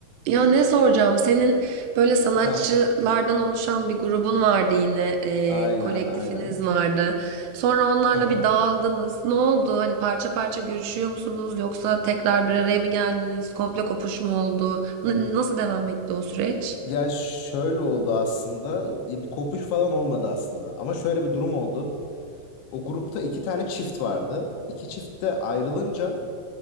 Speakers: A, on the right; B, on the left.
A: Ya ne soracağım? Senin böyle sanatçılardan
B: Ha,
A: oluşan bir grubun vardı yine, eee,
B: aynen
A: kolektifiniz
B: aynen.
A: vardı. Sonra onlarla
B: Ha
A: bir
B: ha.
A: dağıldınız. Ne oldu? Hani parça parça görüşüyor musunuz? Yoksa tekrar bir araya mı geldiniz? Komple kopuş mu oldu? N- nasıl devam etti o süreç?
B: Ya şöyle oldu aslında. Ya bir kopuş falan olmadı aslında. Ama şöyle bir durum oldu. O grupta iki tane çift vardı. İki çift de ayrılınca